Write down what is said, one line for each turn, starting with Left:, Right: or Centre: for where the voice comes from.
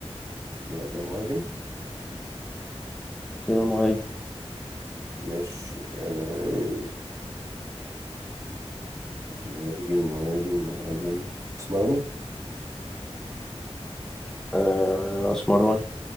Right: يبقى كده مهاجم
Centre: كده مهاجم
Right: ماشي آه، مهاجم مهاجم مهاجم اسمراني
Centre: آه اسمراني